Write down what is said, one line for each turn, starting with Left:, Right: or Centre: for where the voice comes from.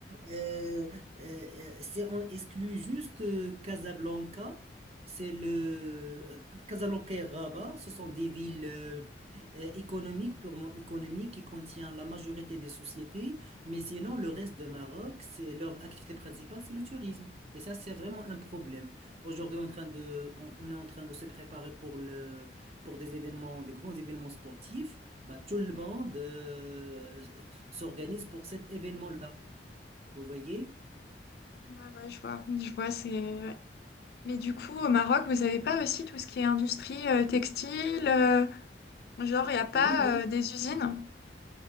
Right: Euh, euh, euh, c'est- on exclut juste euh, Casablanca. C'est le Casablanca et Rabat. Ce sont des villes euh, euh, économiques, purement économiques, qui contiennent la majorité des sociétés. Mais sinon, le reste de Maroc, c'est leur activité principale, c'est le tourisme. Et ça, c'est vraiment un problème. Aujourd'hui, on est en train de, on, on est en train de se préparer pour le, pour des événements, des grands événements sportifs bah, tout le monde euh, s'organise pour cet événement-là. Vous voyez?
Left: Ouais, ouais, je vois, je vois, c'est... ouais. Mais du coup, au Maroc, vous avez pas aussi tout ce qui est industrie euh, textile, euh, genre, il n'y a pas
Right: Oui, oui.
Left: euh, des usines?